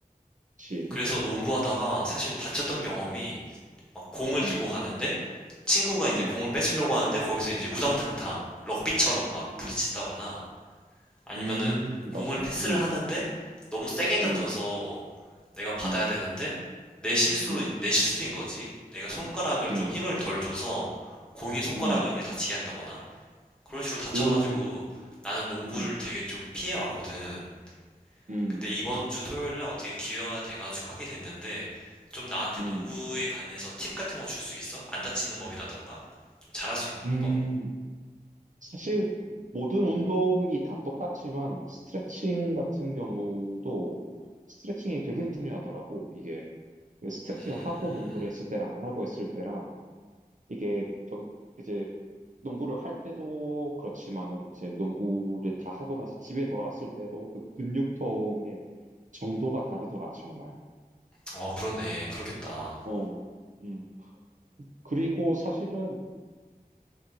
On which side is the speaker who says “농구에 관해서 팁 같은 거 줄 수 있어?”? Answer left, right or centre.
Centre